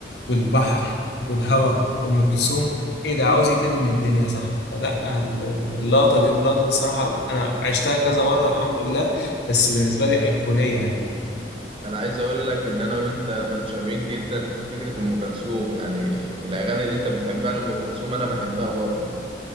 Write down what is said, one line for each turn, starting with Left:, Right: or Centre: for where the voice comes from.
Left: والبحر والهواء وأم كلثوم إيه ده عاوز إيه تاني من الدنيا يا صاحبي فلا ال- ال- اللقطة دي اللقطة دي الصراحة أنا عشتها كذا مرة الحمد لله بس بالنسبة لي أيقونية يعني
Right: انا عايز اقول لك ان انا وانت متشابهين جدا في فكرة ام كلثوم يعني الاغاني اللي انت بتحبها لام كلثوم انا بحبها برضه